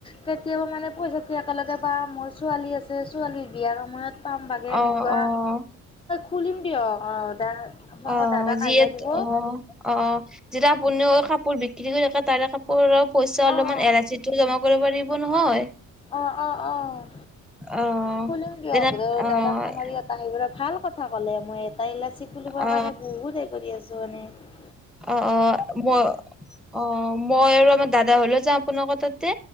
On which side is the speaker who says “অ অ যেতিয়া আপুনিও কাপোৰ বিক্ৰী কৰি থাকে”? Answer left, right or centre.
Centre